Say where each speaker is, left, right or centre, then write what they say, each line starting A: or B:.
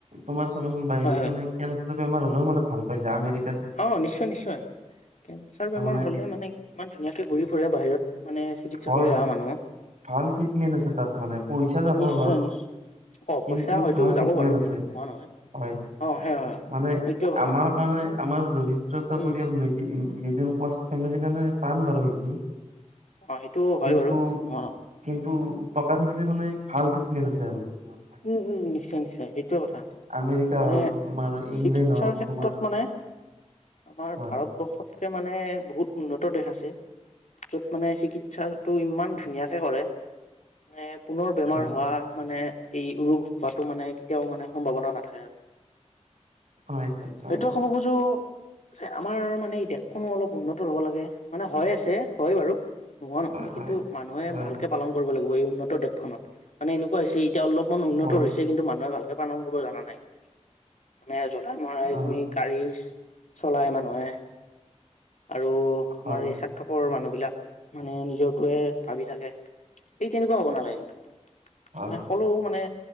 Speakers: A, on the right; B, on the left.
A: তোমাৰ চাবাচোন বাহিৰত
B: হয় হয়
A: মানে কে বেমাৰ হলেও মে ভাল পাই যায়। আমেৰি
B: অ নিশ্চয় নিশ্চয় কেঞ্চাৰ
A: তাৰমানে
B: বেমাৰ হলে মানে ইমান ধুনীয়াকে ঘূৰি ফুৰে বাহিৰত। মানে চিকিৎসা
A: হয়
B: কৰি অহা মানুহ।
A: ভাল ট্ৰিটমেণ্ট আছে তাত মানে পইচা যাব
B: নিশ্চয়
A: অলপ।
B: নিশ্চয়। অ
A: কিন্তু
B: পইচা হয়তো
A: ভাল
B: যাব
A: ট্ৰিটমেণ্ট
B: বাৰু
A: আছে।
B: নোহোৱা নহয়।
A: হয়
B: অ সেই হয়
A: মানে
B: সেইটোৱে কথা।
A: আমাৰ কাৰণে। আমাৰ দৰিদ্ৰতা
B: উম
A: পৰিয়াল ম মিডিল ক্লাছ ফেমিলিৰ কাৰণে টান বাৰু সেইটো।
B: অ সেইটো হয়
A: কিন্তু
B: বাৰু ম
A: কিন্তু টকা থাকিলে মানে ভাল ট্ৰিটমেণ্ট আছে আৰু। তোমাৰ
B: উম, উম নিশ্চয়- নিশ্চয় সেইটোৱে কথা
A: আমেৰিকা
B: মানে
A: হওক তোমাৰ ইংলেণ্ড
B: চিকিৎসাৰ
A: হওক
B: ক্ষেত্ৰত
A: তোমাৰ
B: মানে আমাৰ
A: হয়
B: ভাৰতবৰ্ষত মানে বহুত উন্নত দেশ আছে য'ত মানে চিকিৎসাৰ। তটো ইমান ধুনীয়াকে কৰে মানে পুনৰ
A: হয়
B: বেমাৰ হোৱা মানে। এই ৰোগ হোৱাটো মানে কেতিয়াও মানে সম্ভাৱনা নাথাকে আৰু।
A: হয় হয় হয়
B: সেইটোয়
A: হয়
B: ক'ব খুজো যে আমাৰ মানে এই দেশখনো অলপ উন্নত। হ'ব লাগে মানে হয় আছে হয় বাৰু। নোহোৱা নহয়
A: হয় হয়
B: কিন্তু মানুহে
A: হয়
B: ভালকে পালন কৰিব লাগিব এই উন্নত দেশখনত মানে এনেকুৱা হৈছে। এতিয়া অলপমান উন্নত
A: হয়
B: হৈছে কিন্তু মানুহে ভালকে পালন কৰিব জানা নাই। মানে যতাই মৰাই
A: অ
B: তুমি গাড়ী চলাই মানুহে। আৰু তোমাৰ
A: হয়
B: এই স্বাৰ্থৰপৰ মানুহ বিলাক মানে নিজৰটোৱে। ভাবি থাকে সেই তেনেকুৱা হ'ব নালাগে কিন্তু
A: হয়
B: মানে সকলো মানে।